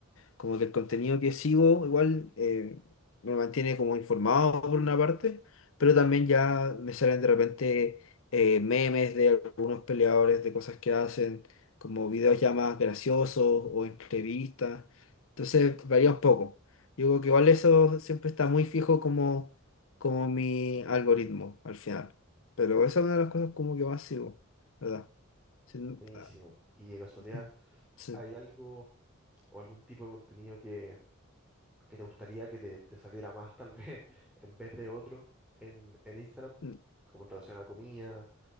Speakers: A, on the left; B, in the centre.
A: como que el contenido que sigo igual eh, me mantiene como informado por una parte, pero también ya me salen de repente eh, memes de algunos peleadores, de cosas que hacen, como videos ya más graciosos o entrevistas. Entonces varía un poco. Yo creo que igual eso siempre está muy fijo como, como mi algoritmo al final. Pero esa es una de las cosas como que más sigo, ¿verdad? Sí,
B: Buenísimo.
A: ah,
B: Y de casualidad,
A: mm, sí,
B: ¿hay algo o algún tipo de contenido que, que te gustaría que te, te saliera más, tal vez, <laughs> en vez de otro en, en Instagram?
A: mm,
B: Como en relación a comida,